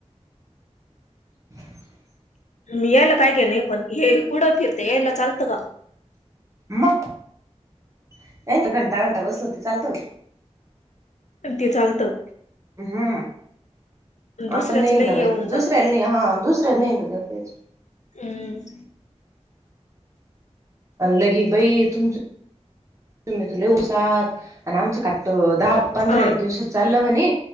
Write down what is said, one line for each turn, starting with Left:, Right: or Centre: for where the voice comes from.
Right: <unintelligible>
Left: मी यायला काय गे नाही, पण हे पुढं फिरते यायला चालतं का?
Right: म यांनी घंटा घंटा बसलं ते चालतं?
Left: ते चालतं.
Right: हम्म,
Left: दुसऱ्याच
Right: आपण नाही
Left: लय
Right: इनल बाई
Left: हे होऊन जातं
Right: दुसऱ्याला नाही हा दुस <unintelligible>
Left: हम्
Right: अन् लगी बाई तुमचं‌ तुम्ही तुले उसात, आणि आमचं काट्ट दहा पंधरा
Left: अ
Right: एक दिवस चाललं म्हणे,